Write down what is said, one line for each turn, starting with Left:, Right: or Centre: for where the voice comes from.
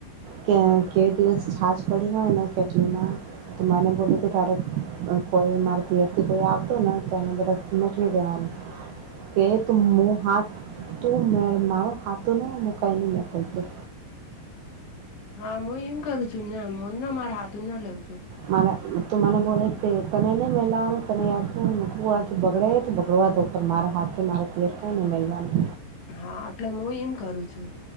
Right: કે કેવી દિવસ છાછ પડી હોય ને કેટલીના
Left: હમ
Right: તને બોલો કે તારે કોઈ થી કોઈ આવતો ને તો એને બધાજવી દેવાનું કે તું હું હાથ તું મેળ માર હાથને મુકાઈને મોકલતી.
Left: હા હું એમ કરું છું ને હ ના મારા હાથ ના લેઉ છું.
Right: મા તું મને બોલો તને ન મહિલાઓ તને આજ બગડે બગડવા ઉપર મારા હાથે મારે પેર થને મલવાનું
Left: હા એટલે હું એમ કરું છું.